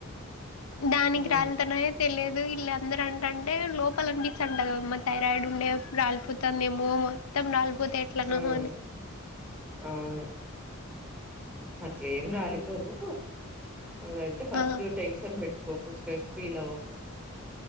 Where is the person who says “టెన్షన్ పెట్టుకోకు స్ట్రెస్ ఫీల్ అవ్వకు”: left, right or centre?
Centre